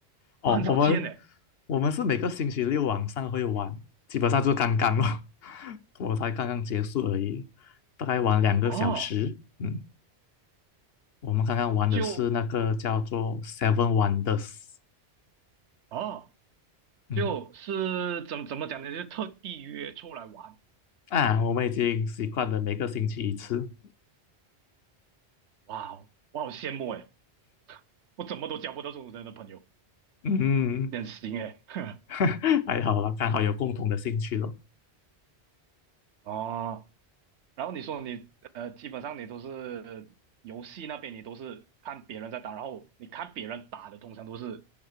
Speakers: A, on the left; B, on the right.
A: 哦，
B: 那很少见诶。
A: 我们我们是每个星期六晚上会玩，基本上就是刚刚哦，<laughs> 我才刚刚结束而已，大概玩两个小时。
B: 哦，
A: 嗯，我们刚刚玩的是那个叫做
B: 就
A: Seven Wonders。
B: 哦，
A: 嗯
B: 就是怎么怎么讲呢？就特地约出来玩。
A: 啊，我们已经习惯了每个星期一次。
B: 哇哦我好羡慕诶，我怎么都交不到这种人的朋友，
A: 嗯。
B: 你很行诶。<laughs>
A: <laughs> 还好啦，刚好有共同的兴趣咯，
B: 哦，然后你说你呃，基本上你都是游戏那边，你都是看别人在打，然后你看别人打的，通常都是